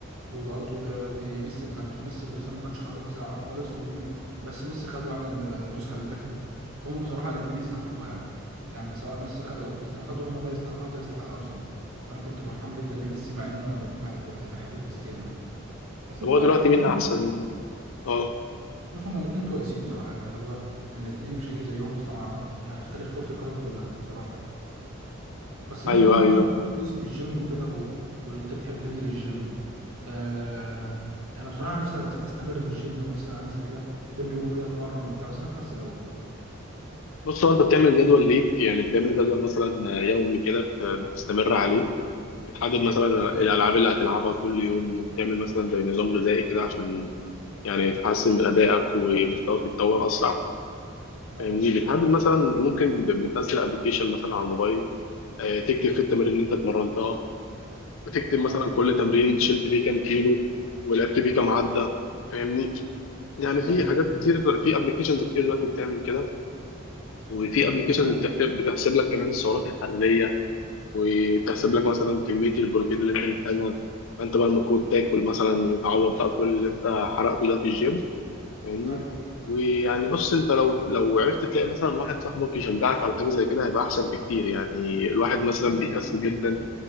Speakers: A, on the right; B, on the left.
A: وبرضه ل- وميسي ما كانش ميسي وكريستيانو ما كانش خدوا كاس العالم خالص وم... بس ميسي خدوا يعني ال- النسخه اللي فاتت دي هما بصراحه الاثنين يستحقوها يعني يعني سواء ميسي خدها او كريستيانو خدها هما ده يستحقها وده يستحقها بصراحه فانا كنت فرحان جدا لميسي مع ان انا ب... ب... بحب كريستيانو يعني. بس
B: طب
A: انت
B: هو
A: بقى
B: دلوقتي
A: بما
B: مين
A: ان
B: احسن اه
A: بص هما الاثنين كويسين بصراحه يعني هو الاثنين مش هيجي زيهم اصلا ع- يعني في تاريخ كره القدم كلها بصراحه يعني. بس بما
B: ايوه
A: ان انت
B: ايوه
A: قلت لي كويس في الجيم وكده و... وانت بتحب تنزل الجيم آه... انا بصراحه نفسي أس- استمر في الجيم ونفسي انزل كده كل يوم كده اتمرن وبتاع بس انا مكسل قوي
B: بص هو انت بتعمل جدول ليك يعني بتعمل جدول مثلا يومي كده بت- بتستمر عليه بتحدد
A: امم
B: مثلا الالعاب اللي هتلعبها كل يوم وبتعمل مثلا زي نظام غذائي كده عشان يعني تحسن من ادائك ومستواك يتطور اسرع
A: ايوه
B: فاهمني بتحدد مثلا ممكن بتنزل ابلكيشن مثلا على الموبايل آه، تكتب
A: بالظبط
B: فيه التمارين اللي انت اتمرنتها بتكتب مثلا
A: ايوه
B: كل تمرين شلت فيه كام كيلو ولعبت بيه كام عده فاهمني يعني
A: تمام
B: في حاجات كتير في ابلكيشنز كتير دلوقتي بتعمل كده وفي ابلكيشنز
A: يعني أنا-
B: بتحسب بتحسب لك كمان السعرات الحراريه وبتحسب
A: ايوه
B: لك
A: ايوه
B: مثلا كمية البروتين اللي انت محتاجها فانت بقى المفروض تاكل مثلا تعوض بقى كل اللي انت حرقته ده في الجيم فاهمني
A: ايوه
B: ويعني بص انت لو لو عرفت تلاقي مثلا واحد صاحبك يشجعك على حاجة زي كده هيبقى احسن بكتير يعني الواحد مثلا
A: طب
B: بيكسل جدا